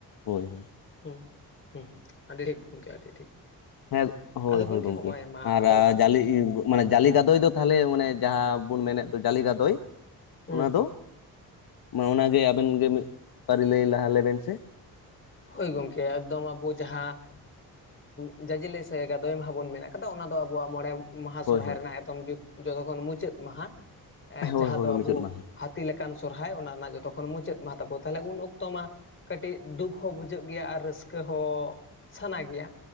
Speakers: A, on the left; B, on the left.
A: ᱦᱳᱭ ᱦᱳᱭ᱾
B: ᱦᱮᱸ ᱦᱮᱸ ᱟᱹᱰᱤ ᱴᱷᱤᱠ ᱜᱚᱢᱠᱮ ᱟᱹᱰᱤ ᱴᱷᱤᱠ᱾
A: ᱦᱮᱸ ᱦᱳᱭ
B: ᱟᱫᱚ
A: ᱦᱳᱭ ᱜᱚᱢᱠᱮ
B: ᱦᱚᱸᱜᱼᱚᱭ ᱢᱟ
A: ᱟᱨ
B: ᱟᱫᱚ
A: ᱡᱟᱞᱮ ᱢᱟᱱᱮ ᱡᱟᱞᱤ ᱜᱟᱫᱚᱭ ᱫᱚ ᱛᱟᱦᱚᱞᱮ ᱢᱟᱱᱮ ᱡᱟᱦᱟᱸ ᱵᱚᱱ ᱢᱮᱱᱮᱫ ᱫᱚ ᱡᱟᱞᱤ ᱜᱟᱫᱚᱭ᱾
B: ᱦᱩᱸ
A: ᱚᱱᱟ ᱫᱚ ᱢᱟ ᱚᱱᱟᱜᱮ ᱟᱵᱮᱱ ᱜᱮ ᱢᱤᱫ ᱯᱟᱹᱨᱤ ᱞᱟᱹᱭ ᱞᱟᱦᱟ ᱞᱮᱵᱮᱱ ᱥᱮ
B: ᱦᱳᱭ ᱜᱚᱢᱠᱮ ᱮᱠᱫᱚᱢ ᱟᱵᱚ ᱡᱟᱦᱟᱸ ᱡᱟᱡᱮᱞᱮ ᱥᱮ ᱜᱟᱫᱚᱭ ᱢᱟᱦᱟ ᱵᱚᱱ ᱢᱮᱱ ᱠᱟᱫᱟ ᱚᱱᱟ ᱫᱚ ᱟᱵᱚᱣᱟᱜ ᱢᱚᱬᱮ ᱢᱟᱦᱟ ᱥᱚᱨᱦᱟᱭ
A: ᱦᱳᱭ ᱦᱳᱭ
B: ᱨᱮᱱᱟᱜ ᱮᱠᱫᱚᱢ ᱡᱚᱛᱚᱠᱷᱚᱱ ᱢᱩᱪᱟᱹᱫ ᱢᱟᱦᱟ ᱡᱟᱦᱟᱸ
A: ᱦᱳᱭ ᱦᱳᱭ
B: ᱫᱚ ᱟᱵᱚ
A: ᱢᱩᱪᱟᱹᱫ ᱢᱟᱦᱟ
B: ᱦᱟ ᱦᱟᱹᱛᱤ ᱞᱮᱠᱟᱱ ᱥᱚᱨᱦᱟᱭ ᱚᱱᱟ ᱨᱮᱱᱟᱜ ᱡᱚᱛᱚ ᱠᱷᱚᱱ ᱢᱩᱪᱟᱹᱫ ᱢᱟᱦᱟ ᱛᱟᱵᱚᱱ ᱛᱟᱦᱚᱞᱮ ᱩᱱ ᱚᱠᱛᱚ ᱢᱟ ᱠᱟᱹᱴᱤᱡ ᱫᱩᱠ ᱦᱚᱸ ᱵᱩᱡᱷᱟᱹᱜ ᱜᱮᱭᱟ ᱟᱨ ᱨᱟᱹᱥᱠᱟᱹ ᱦᱚᱸ ᱥᱟᱱᱟ ᱜᱮᱭᱟ